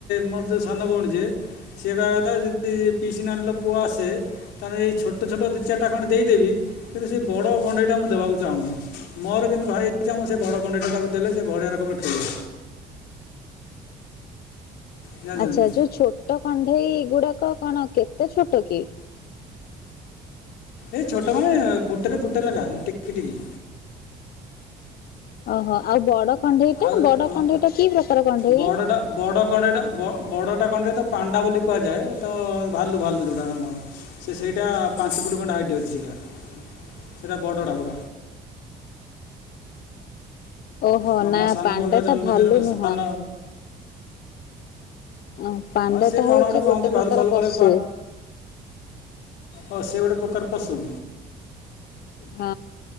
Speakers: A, on the left (about 85°); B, on the left (about 65°).
A: ମୋର ଯୋଉ ସାନ ଭଉଣୀ ଯେ ସେ କହିବା କଥା ଯଦି ପିସିନାନିର ପୁଅ ଆସେ ତାହେଲେ ଏଇ ଛୋଟ ଛୋଟ ଦିଚାଟା ଖଣ୍ଡ ଦେଇଦେବି କିନ୍ତୁ ସେ ବଡ଼ କଣ୍ଢେଇଟା ମୁଁ ଦେବାକୁ ଚାହୁଁନି। ମୋର କିନ୍ତୁ ଭାରି ଇଛା ସେ ବଡ କଣ୍ଡେଇଟା ତାକୁ ଦେଲେ ସେ ବଢ଼ିଆର କମର ଖେଳିବ। ଜାଣିଛନ୍ତି
B: ଆଚ୍ଛା ଯୋଉ ଛୋଟ କଣ୍ଢେଇ ଗୁଡାକ କଣ କେତେ ଛୋଟ କି?
A: ଏଇ ଛୋଟ ମାନେ ଫୁଟରେ ଫୁଟ ଲେଖା ଟିକି ଟିକି।
B: ଓହୋ ଆଉ ବଡ କଣ୍ଢେଇଟା
A: ଆଉ
B: ବଡ
A: ହଁ,
B: କଣ୍ଢେଇ ଟା କି ପ୍ରକାର କଣ୍ଢେଇ?
A: ବଡ଼ଟା ବଡ଼ କଣ୍ଢେ ଲଇଟା ବଡ଼ଟା କଣ୍ଢଇତ ପାଣ୍ଡା ବୋଲି କୁହାଯାଏ ତ ଭାଲୁ ଭାଲୁ ଯଉଟା ନା କଣ? ସିଏ ସେଇଟା ପାଞ୍ଚ ଫୁଟ ଖଣ୍ଡେ ହାଇଟ ଅଛି ସେଇଟା ସେଇଟା ବଡଟା ପୁରା।
B: ଓହୋ
A: ହଁ
B: ନା
A: ମୋ ସାନ
B: ପାଣ୍ଡା
A: ଭଉଣୀର ଜନ୍ମଦିନ
B: ଟା ଭାଲୁ
A: ସାନ
B: ନୁହଁ। ଅ ପାଣ୍ଡା
A: ହଁ ସେ
B: ଟା
A: କ'ଣ
B: ହଉଛି
A: କହନ୍ତି
B: ଗୋଟେ
A: ଭାଲୁ
B: ପ୍ରକାର
A: ଫାଲୁ ଗୋଟେ
B: ପଶୁ।
A: ହଁ ସେ ଗୋଟେ ପ୍ରକାର ପଶୁ।
B: ହଁ।